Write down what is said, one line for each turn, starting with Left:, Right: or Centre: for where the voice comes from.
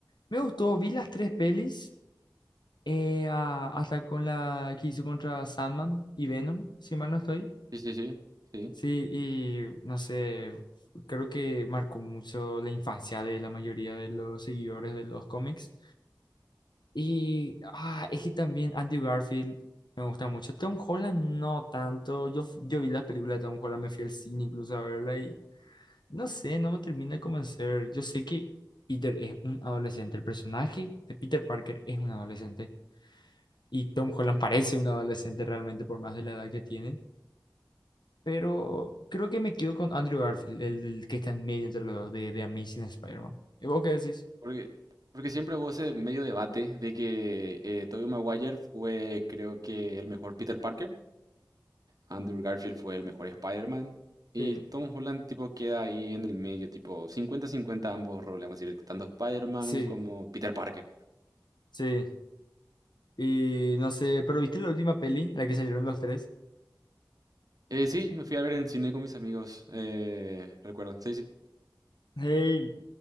Left: me gustó. Vi las tres pelis. eh, a- hasta con la que hizo contra Sandman y Venom, si mal no estoy.
Right: Sí, sí, sí. Sí.
Left: Sí, y no sé, creo que marcó mucho la infancia de la mayoría de los seguidores de los cómics. Y ah, es que también Andy Garfield me gusta mucho. Tom Holland no tanto. Yo, f- yo vi las películas de Tom Holland, me fui al cine incluso a verla y no sé, no me termina de convencer. Yo sé que Peter es un adolescente, el personaje de Peter Parker es un adolescente, y Tom Holland parece un adolescente realmente por más de la edad que tiene. Pero creo que me quedo con Andrew Garfield, el, el que está en medio entre los dos de, de Amazing Spider-Man. ¿Y vos qué decís?
Right: Porque, porque siempre hubo ese medio debate de que eh, Tobey Maguire fue, creo que, el mejor Peter Parker, Andrew Garfield fue el mejor Spider-Man, y
Left: Sí.
Right: Tom Holland, tipo, queda ahí en el medio, tipo, cincuenta-cincuenta ambos roles, vamos a decir, tanto Spider-Man
Left: Sí,
Right: como Peter Parker.
Left: sí. Y no sé, pero ¿viste la última peli, la que salieron los tres?
Right: Eh, sí, me fui a ver en cine con mis amigos, eh, recuerdo, sí, sí.
Left: Hey,